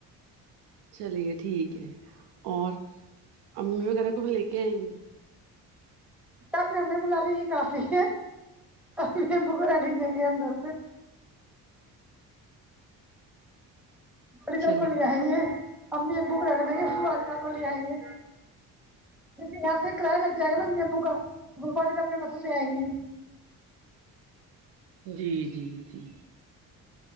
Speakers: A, on the right; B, in the centre.
A: چلیے ٹھیک ہے اور امی وغیرہ کو بھی لے کے آئیں گی
B: تپ نے امی بلالیں گے یہ کافی ہے ویسے ہم ابو کو رہنے دیں گے ہم گھر پہ واجدہ
A: چلیے
B: کو لے آئیں گے امی ابو کو رہنے دیں گے س واجدہ کو لے آئیں گے کیونکہ یہاں سے کرایہ لگ جائے گا نا امی ابو کا واجدہ اپنے پسوں سے آیں گی
A: جی جی جی